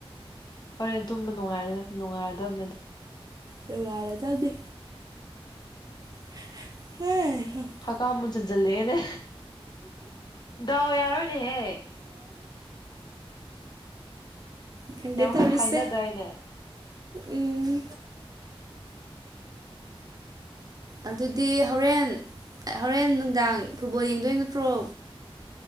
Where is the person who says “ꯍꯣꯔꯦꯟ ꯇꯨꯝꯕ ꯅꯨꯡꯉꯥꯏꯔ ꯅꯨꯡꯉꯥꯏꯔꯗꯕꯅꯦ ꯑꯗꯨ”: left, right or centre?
Left